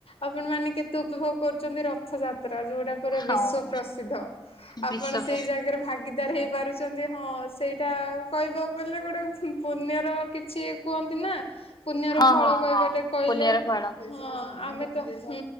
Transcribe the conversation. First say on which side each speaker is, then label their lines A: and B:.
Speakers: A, on the left; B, on the left.
A: ଆପଣମାନେ କେତେ ଉପଭୋଗ କରୁଛନ୍ତି ରଥଯାତ୍ର ଯୋଉଟା ପୁରା
B: ହଉ।
A: ବିଶ୍ଵ ପ୍ରସିଦ୍ଧ ଆପଣ
B: ବିଶ୍ଵ ପ୍ରସିଦ୍ଧ
A: ସେଇ ଜାଗାରେ ଭାଗିଦାରୀ ଗିଦାର ହେଇପାରୁଛନ୍ତି ହଁ ସେଇଟା କହିବାକୁ ଗଲେ ଗୋଟେ ପୁ ପୁଣ୍ୟର କିଛି କୁହନ୍ତି ନା ପୁଣ୍ୟର
B: ହଁ
A: ଫଳ
B: ହଁ
A: କହିବାଟା
B: ହଁ
A: କହିଲେ
B: ପୁଣ୍ୟର ଫଳ
A: ହଁ ଆମେ ତ ହୁଁ